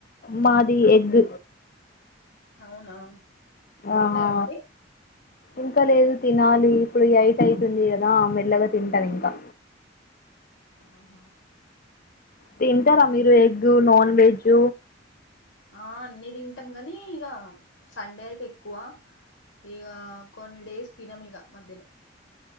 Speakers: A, on the left; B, on the left.
A: మాది ఎగ్
B: అవునా తిన్నారా
A: ఆహా
B: మరి
A: ఇంకా లేదు తిన ఇప్పుడు ఎయిట్ అయితుంది కదా ఆ మెల్లగా తింటాం ఇంకా
B: ఆహా
A: తింటారా మీరు ఎగ్ నాన్ వెజ్
B: ఆ అన్ని తింటాం కానీ ఇక సండే అయితే ఎక్కువ ఈగా కొన్ని డేస్ తినం ఇగ మధ్యలో